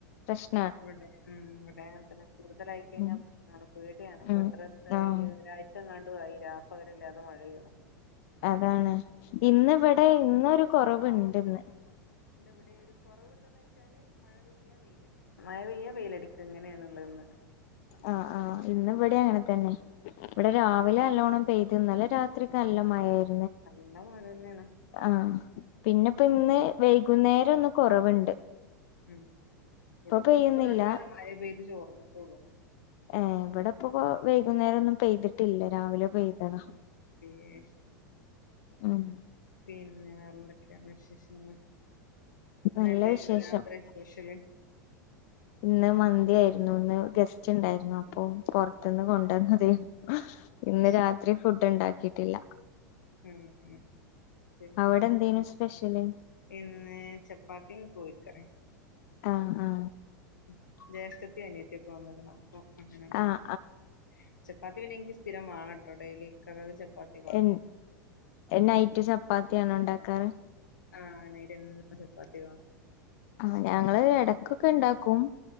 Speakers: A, on the left; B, on the left.
A: പ്രശ്
B: ഇവടെ ഉം ഇവിടെങ്ങതെന്നെ കൂടുതലായി കഴിഞ്ഞാൽപ്രശ്
A: ഉം
B: മം പേടിയാണ് ഇപ്പൊഎത്രോസായി
A: ഉം ആഹ്
B: ഈ ഒരാഴ്ചങ്ങാണ്ടു ആയി ഈരാപ്പകലില്ലാതെ മഴയെണ്.
A: അതാണ് ഇന്ന് വടെഇന്നൊരു
B: ഇന്നൊരു
A: കുറവ്ണ്ട്ന്ന്.
B: കൊറവ് ഇന്ന് ഇവടെ ഒര്കൊറവ്ണ്ടോയ്ച്ചാല് മഴപെയ്യ വെയ്ലടിക്ക. മഴപെയ്യ വെയ്യ്ലടിക്ക ഇങ്ങനെള്ളെന്ന്.
A: ആഹ് ആഹ് ഇന്ന്വ്ടെഅങ്ങെതെന്നെ ഇവ്ടെ രാവിലെന്നല്ലോണം പെയ്ത് ഇന്നലെരാത്രിയൊക്കെ നല്ലെമയായിരുന്നു.
B: നല്ല മഴന്നെയാണ്.
A: ആഹ് പിന്നെപ്പോഇന്ന് വെയ്കുന്നേരം ഒന്ന്കൊറവ്ണ്ട്.
B: ഉം ഇവിടെപ്പോ
A: പെയ്യുന്നില്ല
B: ഇപ്പോന്നല്ലൊരു മഴ പെയ്ത്ചോർന്നിട്ടൊള്ളൂ.
A: ഏഹ് ഇവടെപ്പോ കോ വെയ്കുന്നേരം ഒന്നും പെയ്തിട്ടില്ലരാവിലെപെയ്തതാ
B: യിയേ അഹ്ശെരി
A: ആഹ്
B: പിന്നെന്തൊക്കെയാണ് വിശേഷങ്ങൾ ഇന്നെന്തേയായിരുന്നു
A: നല്ല വിശേഷം
B: രാത്രിസ്പെഷ്യല്?
A: ഇന്ന്മന്തിആയിരുന്നു ഇന്ന്ഗെസ്റ്റ് ഇണ്ടായിരുന്നു അപ്പോപൊർ ത്ന്ന് കൊണ്ട് വന്നതെന്നുഇന്ന്
B: വിശ്
A: രാത്രി ഫുഡ്ഇണ്ടാക്കിട്ടില്ല.
B: ഉം ഉം പിന്നെ
A: അവ്ടെഎന്തേനുസ്പെഷ്യല്?
B: ഇന്ന് ചപ്പാത്തീം കോഴിക്കറിം.
A: ആ ആ
B: മ് ജ്യേഷ്ഠത്തി അനിയത്തിയൊക്കെ വന്ന്ക്ക്ണ് അപ്പോ അങ്ങനെഇണ്ടാക്കി
A: ആഹ്
B: ചപ്പാത്തിപിന്നെൻക്ക് സ്ഥിരംവാണംട്ടോ ഡെയ്ലി ഇക്കാക്കക്ക് ചപ്പാത്തി വാണം
A: എൻ നൈറ്റ് ചപ്പാത്തിയാണോ ഉണ്ടാക്കാറ്
B: ആഹ് നൈറ്റെന്നും ചപ്പാത്തി കാണും
A: ആഹ് ഞങ്ങള്എടക്കൊക്കെ ഇണ്ടാക്കും